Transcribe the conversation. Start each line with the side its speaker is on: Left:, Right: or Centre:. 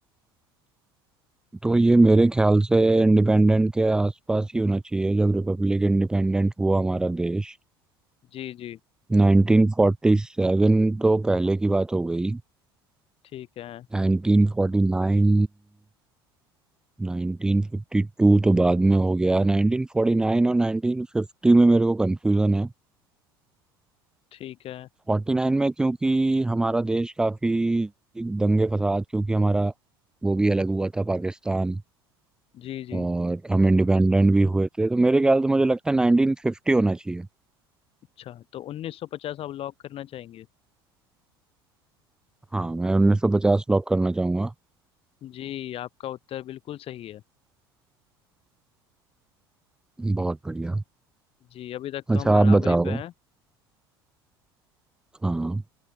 Centre: तो ये मेरे ख्याल से इंडिपेंडेंट के आसपास ही होना चाहिए जब रिपब्लिक इंडिपेंडेंट हुआ हमारा देश
Left: जी जी
Centre: 1947 तो पहले की बात हो गई
Left: ठीक है
Centre: 1949 1952 तो बाद में हो गया 1949 और 1950 में मेरे को कंफ्यूजन है
Left: ठीक है
Centre: फोर्टी नाइन में क्योंकि हमारा देश काफी दंगे फसाद क्योंकि हमारा वो भी अलग हुआ था पाकिस्तान
Left: जी जी
Centre: और हम इंडिपेंडेंट भी हुए थे तो मेरे ख्याल से मुझे लगता है नाइनटीन फिफ्टी होना चाहिए
Left: अच्छा तो 1950 आप लॉक करना चाहेंगे
Centre: हाँ मैं उन्नीस सौ पचास लॉक करना चाहूंगा
Left: जी आपका उत्तर बिल्कुल सही है
Centre: बहुत बढ़िया
Left: जी अभी तक तो
Centre: अच्छा
Left: हम बराबरी
Centre: आप बताओ
Left: पे हैं
Centre: हाँ